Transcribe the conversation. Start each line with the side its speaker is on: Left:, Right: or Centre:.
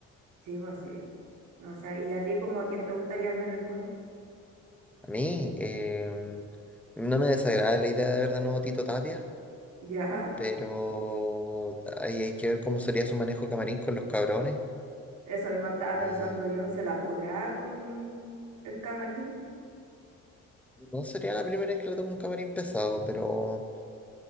Right: sí, pues sí. No sé, ¿y a ti como quién te gustaría ver en el Colo?
Centre: A mí eh, no me desagrada la idea de ver de nuevo a Tito Tapia,
Right: Ya,
Centre: pero ahí hay que ver cómo sería su manejo de camarín con los cabrones.
Right: eso mismo estaba
Centre: Y
Right: pensando yo, ¿se la podrá con el Camarín?
Centre: no sería la primera vez que le toco un camarín pesado, pero